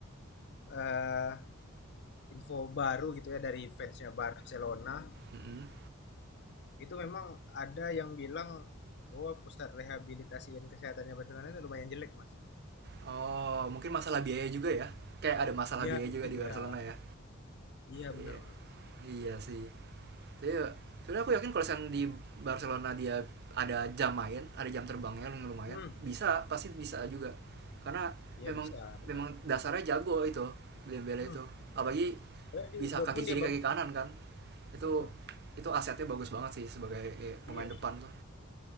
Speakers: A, on the left; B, on the right.
A: eh, info baru gitu ya dari fansnya Barcelona
B: Mm-mm.
A: itu memang ada yang bilang bahwa pusat rehabilitasi dan kesehatannya Barcelona itu lumayan jelek mas
B: Oh, mungkin masalah biaya juga ya. Kayak ada masalah
A: Iya
B: biaya
A: mungkin
B: juga di Barcelona
A: ya.
B: ya.
A: Iya
B: Iya,
A: benar Mas, gitu.
B: iya sih. Tapi sebenarnya aku yakin kalau misalnya di Barcelona dia ada jam main, ada jam terbangnya yang lumayan,
A: Mhm,
B: bisa pasti bisa juga. Karena
A: iya
B: memang
A: bisa, benar.
B: memang
A: bener.
B: dasarnya jago itu Dembele
A: Mhm,
B: itu apalagi
A: soalnya di
B: bisa
A: Dortmund
B: kaki kiri
A: dia bagus,
B: kaki kanan
A: Mas.
B: kan itu
A: Mhm,
B: itu asetnya bagus banget sih sebagai eh, pemain
A: iya.
B: depan tuh